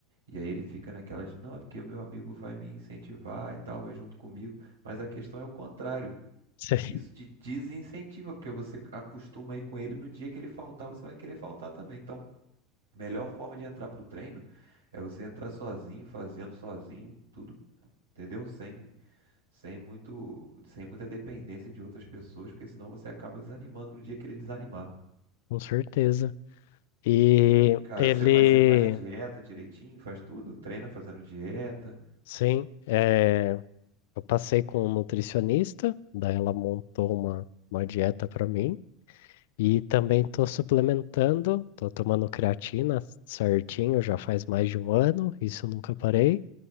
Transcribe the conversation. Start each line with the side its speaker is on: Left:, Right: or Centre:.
Right: E aí ele fica naquela de, não, é porque o meu amigo vai me incentivar e tal, vai junto comigo. Mas a questão é o contrário.
Left: <laughs> Sei.
Right: Isso te desincentiva, porque você acostuma aí com ele no dia que ele faltar, você vai querer faltar também. Então, a melhor forma de entrar pro treino é você entrar sozinho, fazendo sozinho, tudo, entendeu? Sem sem muito, sem muita dependência de outras pessoas, porque senão você acaba desanimando no dia que ele desanimar.
Left: Com certeza. E
Right: E aí, cara,
Left: ele,
Right: você, mas você faz a dieta direitinho, faz tudo? Treina fazendo dieta?
Left: sim, é, eu passei com um nutricionista, daí ela montou uma, uma dieta para mim. E também tô suplementando, tô tomando creatina certinho, já faz mais de um ano, isso eu nunca parei.